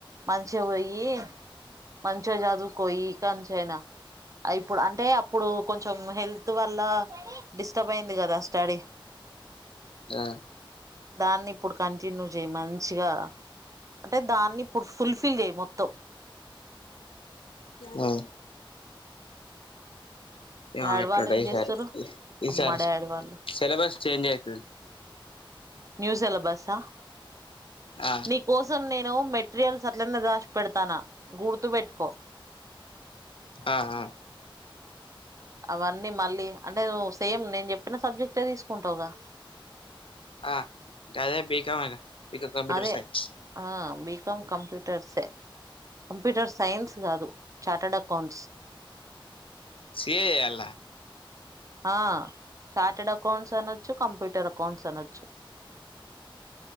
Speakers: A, on the right; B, on the left.
A: మంచిగా పోయి మంచిగా చదువుకో ఈకాంచైనా ఇప్పుడు అంటే ఆప్పుడు కొంచెం హెల్త్ వల్ల డిస్టర్బ్ అయింది కదా స్టడీ
B: ఆ
A: దాన్ని ఇప్పుడు కంటిన్యూ చేయి మంచిగా అంటే దాన్ని ఇప్పుడు ఫుల్ ఫిల్ చేయి మొత్తం
B: ఆ ఏమో
A: డాడీ
B: ఎట్లుంటాదో
A: వాళ్ళు ఏం
B: ఈ
A: చేస్తురు
B: సారి ఈసారి
A: మా డాడీ వాళ్ళు
B: సిలబస్ చేంజ్ అయితది
A: న్యూ సిలబస్స ఆ
B: ఆ
A: నీకోసం నేను మెట్ రియల్స్ అట్లన్న రాసి పెడతాన్న గుర్తు పెట్టుకో
B: ఆ ఆ
A: అవన్నీ మళ్ళీ అంటే నువ్ సేమ్ నేన్ జెప్పిన సబ్జెక్టె తీసుకుంటవుగా
B: ఆ గదే బి కామ్ గద బి కం కంప్యూటర్
A: అదే
B: సైన్స్
A: ఆ బి కమ్ కంప్యూటర్స్ ఏ కంప్యూటర్ సైన్స్ గాదు చార్టర్డ్ అకౌంట్స్
B: సి ఎ జేయాళ్ల
A: ఆ చార్టెడ్ అకౌంట్స్ అనొచ్చు, కంప్యూటర్ అకౌంట్స్ అనొచ్చు